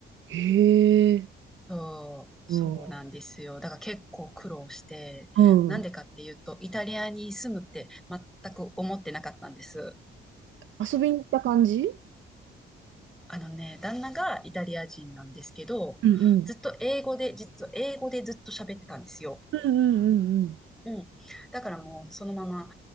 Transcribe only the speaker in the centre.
そう、
そうなんですよ。だから結構苦労して、
なんでかっていうと、イタリアに住むって全く思ってなかったんです。
あのね、旦那がイタリア人なんですけど、
ずっと英語で、実は英語でずっと喋ってたんですよ。
うん。だからもうそのまま